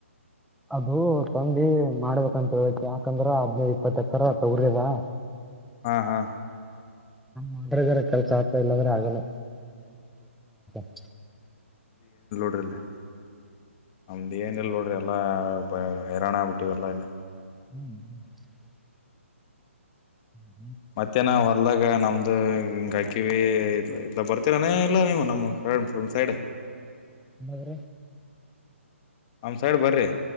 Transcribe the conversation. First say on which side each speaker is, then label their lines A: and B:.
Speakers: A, in the centre; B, on the left (about 30°).
A: ಅದು ಸಂದಿ ಮಾಡ್ಬೇಕಂತ ಹೇಳಿ ಯಾಕಂದ್ರ ಹದನೈದ ಇಪ್ಪತ್ತೇಕರ್ ತೊಗರಿ ಆದ
B: ಹಾ ಹಾ
A: ಮಾಡಿದ್ರ ಕೆಲ್ಸ ಆಗ್ತದ ಇಲ್ಲಂದ್ರ ಆಗಲ್ಲ <unintelligible>
B: <inaudible> ನಮ್ಡೆನಿಲ್ ನೋಡ್ ಎಲ್ಲ ಬ ಹೈರಾಣ ಆಗ್ಬಿಟ್ಟಿವಲ್ಲ ಇಲ್ಲಿ
A: ಹ್ಮ್ ಹ್ಮ.
B: ಮತ್ತ್ಯಾನ ಹೊಲ್ದಾಗ ನಮ್ದ. ಗಾಯಕಿವಿ ಇ ಇಲ ಬರ್ತೀರಾನೇ ಎಲ್ಲ ನೀವು ನಮ್ಮ್ ಸೈಡ್.
A: ಾದ್ರ
B: ನಮ್ಮ್ ಸೈಡ್ ಬರ್ರಿ.